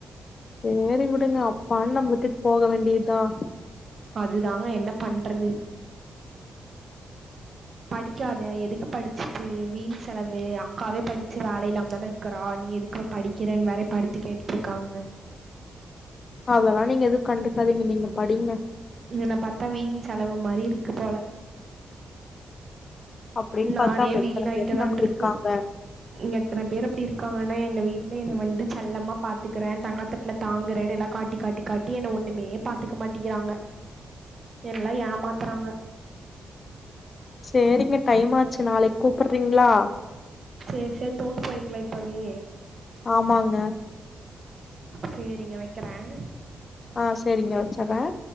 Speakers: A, on the left; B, on the right.
A: சேரி விடுங்க அப்பானு நம்ம விட்டுட்டு போக வேண்டியதான்
B: அதுதாங்க என்ன பண்றது படிக்காதே எதுக்கு படிச்சிட்டு வீண் செலவு அக்காவே படிச்சு வேல இல்லாம தானே இருக்கறா நீ எதுக்கு படிக்கிறே வேற இப்படித்து கேட்டுட்ருக்காங்க
A: அதனாலே நீங்க எதுவும் கண்டுக்காதீங்க நீங்க படிங்க
B: என்ன பாத்தா வீண் செலவு மாரி இருக்கு போல
A: அப்டின்னு
B: நானே
A: பாத்தா அப்ப
B: வீணாய்ட்டனான்ட்டு
A: எத்தன பேருங்க அப்டி
B: இருக்கு
A: இருக்காங்க
B: இங்க எத்தன பேர் அப்டி இருக்காங்க ஆனா எங்க வீட்ல என்ன வந்து செல்லமா பாத்துக்கறன் தங்கத்தட்டுல தாங்குறேன் எல்லா காட்டி காட்டி காட்டி என்ன ஒண்ணுமே பாத்துக்க மாட்டிக்கிறாங்க எல்லா ஏமாத்றாங்க
A: சேரிங்க டைம் ஆச்சு நாளைக்கு கூப்பட்றீங்ளா
B: சேரி சேரி தூங்க போறீங்களா இப்பவே
A: ஆமாங்க
B: சேரிங்க வெக்கறேன்
A: ஆஹ் சேரிங்க வெச்சறேன்